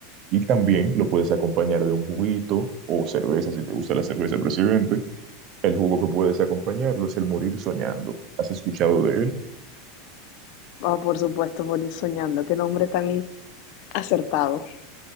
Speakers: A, on the right; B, on the left.
A: Y también lo puedes acompañar de un juguito o cerveza, si te gusta la cerveza, presidente. El jugo que puedes acompañarlo es el morir soñando. ¿Has escuchado de él?
B: Ah, por supuesto, por ir soñando. Qué nombre tan acertado,